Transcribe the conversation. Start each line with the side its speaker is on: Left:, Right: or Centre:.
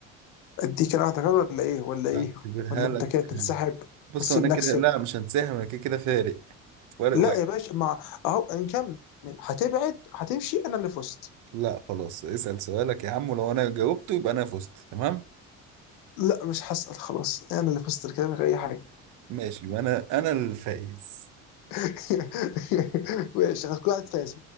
Left: أديك أنا واحدة كمان ولا إيه ولا إيه
Right: اعتبرها
Left: ولا أنت
Right: لك
Left: كده تنسحب
Right: بص
Left: وتسيبني
Right: هو انا كده
Left: أكسب
Right: لا مش هنسحب انا كده كده فارق فارق
Left: لا
Right: واحد
Left: يا باشا مع اهو نكمل هتبعد هتمشي انا اللي فزت
Right: لا خلاص اسأل سؤالك يا عم ولو انا جاوبته يبقى انا فزت تمام
Left: لا مش هسأل خلاص انا اللي فزت الكلام من غير اي حاجه
Right: ماشي يبقى انا انا الفائز
Left: <laughs> ماشي خلاص كل واحد فايز